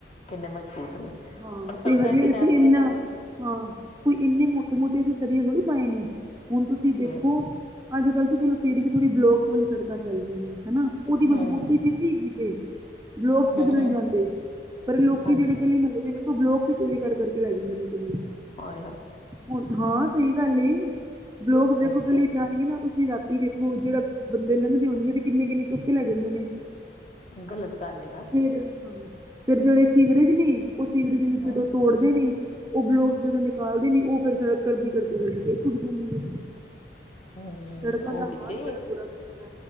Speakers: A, on the left; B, on the right.
A: ਕਿੰਨੇ ਮਜ਼ਬੂਤ ਨੇ
B: ਹਾਂ,
A: ਪਰ ਸੜਕਾਂ
B: ਤੇ ਹਜੇ
A: ਇੰਨੇ ਟਾਈਮ
B: ਅਸੀਂ
A: ਵੀ
B: ਇਨਾ
A: ਨਹੀਂ ਚੱਲੀਆਂ
B: ਹਾਂ ਕੋਈ ਇੰਨੇ ਮੋਟੇ ਮੋਟੇ ਅਸੀ ਸਰੀਏ ਥੋੜ੍ਹੇ ਪਾਏ ਨੇ, ਹੁਣ ਤੁਸੀਂ ਦੇਖੋ
A: ਫਿਰ
B: ਅੱਜ ਕੱਲ੍ਹ ਤੇ ਚਲੋ ਫਿਰ ਵੀ ਥੋੜੀ ਬਲੋਕ ਵਾਲੀ ਸੜਕਾਂ ਚੱਲ ਦਿਆਂ ਨੇ ਹਨਾ ਉਹਦੀ
A: ਹੂੰ
B: ਮਜ਼ਬੂਤੀ ਫਿਰ ਵੀ ਹੈਗੀ ਜੇ ਬਲੋਕ
A: ਹੂੰ
B: ਚਲੇ
A: ਹੂੰ
B: ਜਾਂਦੇ, ਪਰ ਲੋਕੀ
A: ਹਾਂਜੀ
B: ਜਿਹੜੇ ਗਲੀ ਮਹੱਲੇ ਦ ਉਹ ਬਲੋਕ ਚੋਰੀ ਕਰ ਕਰਕੇ ਲੈ ਜਾਂਦੇ ਨੇ ਕਿੰਨੇ
A: ਆਯੇ ਹਾਏ
B: ਹੁਣ ਹਾਂ ਸਹੀ ਗੱਲ ਹੈ, ਬਲੋਕ ਦੇਖੋ
A: ਅੱਛਾ
B: ਗਲੀ ਚ ਆਉਣਗੇ, ਨਾ ਤੁਸੀਂ ਰਾ ਰਾਤੀ ਦੇਖੋ ਜਿਹੜੇ ਬੰਦੇ ਲੰਘਦੇ ਹੋਣਗੇ ਤੇ, ਕਿੰਨੇ -ਕਿੰਨੇ ਚੁੱਕ ਕੇ ਲੈ ਜਾਂਦੇ ਨੇ
A: ਗਲਤ ਗੱਲ ਹੈ ਨਾ
B: ਫਿਰ ਹਾਂ ਫਿਰ ਜਿਹੜੇ ਸੀਵਰੇਜ ਨੇ, ਉਹ ਸੀਵਰੇਜ
A: ਹਾਂ
B: ਜਦੋਂ ਤੋੜਦੇ ਨੇ- ਉਹ ਬਲੋਕਸ ਜਦੋਂ ਨਿਕਾਲਦੇ ਨੇ ਉਹ ਫਿਰ ਕਰਦੀ ਕਰਦੀ, ਕਰਦੀ ਫਿਰ ਟੁੱਟ ਜਾਂਦੀ ਹੈ।
A: ਹਮ
B: ਸੜਕਾਂ ਦਾ
A: ਉਹੀ
B: ਹਾਲ
A: ਤੇ
B: ਬੜਾ ਬੁਰਾ ਕਰਤਾ